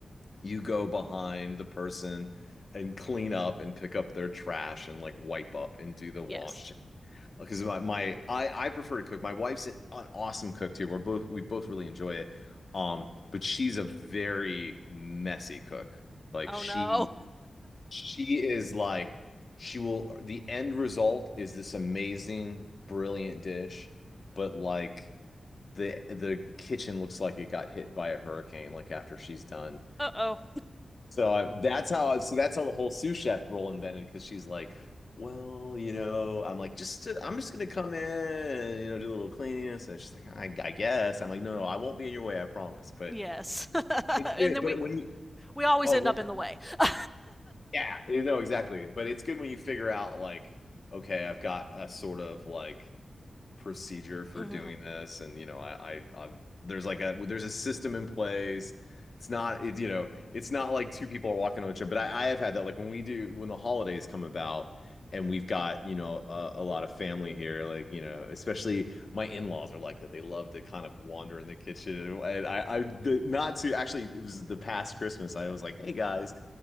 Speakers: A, on the left (about 60°); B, in the centre.
A: you go behind the person and clean up and pick up their trash and like wipe up and do the washing.
B: yes
A: Because my, my I I prefer to cook. My wife's an, an awesome cook too. We're both we both really enjoy it. Um, but she's a very messy cook. Like
B: oh
A: she
B: no
A: she is like, she will, the end result is this amazing, brilliant dish, but like the the kitchen looks like it got hit by a hurricane, like after she's done.
B: uh oh
A: So I, that's how, so that's how the whole sous chef role invented, because she's like, well, you know, I'm like, just to, I'm just gonna come in and, you know, do a little cleaning. And she's like, I, I guess. I'm like, no, no, I won't be in your way, I promise. But
B: yes <laughs>
A: it's good.
B: and then
A: But
B: we
A: when you,
B: we always
A: oh,
B: end up in the way <laughs>
A: Yeah, you know exactly. But it's good when you figure out like, okay, I've got a sort of like procedure for
B: hmm
A: doing this, and you know, I, I, I'm there's like a there's a system in place. It's not, it's you know, it's not like two people are walking on each other. But I, I have had that like when we do when the holidays come about. And we've got, you know, a, a lot of family here. Like, you know, especially my in-laws are like that. They love to kind of wander in the kitchen. And I, I, the, not to actually, it was the past Christmas. I was like, hey guys,